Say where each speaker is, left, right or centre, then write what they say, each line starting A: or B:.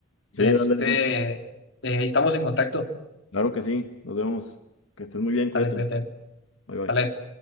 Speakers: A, on the left (about 80°); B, on the left (about 60°).
A: Sí,
B: De este,
A: dale, Edgar.
B: eh, estamos en contacto.
A: Claro que sí, nos vemos. Que estés muy bien, cuídate.
B: Dale, cuídate.
A: Bye bye.
B: Dale.